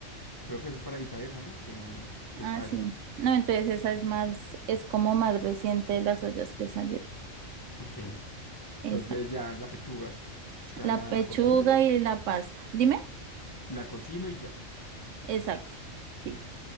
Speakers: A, on the left; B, on the right.
A: Creo que es para evitar eso, ¿no? Que, que
B: Ah,
A: estalle.
B: sí. No, entonces esa es más, es como más reciente de las ollas que salieron.
A: Ok.
B: Exacto.
A: Entonces ya la pechuga. O sea,
B: La
A: la,
B: pechuga
A: la cocino y ya.
B: y la pasta. Dime.
A: La cocino y ya.
B: Exacto. Sí.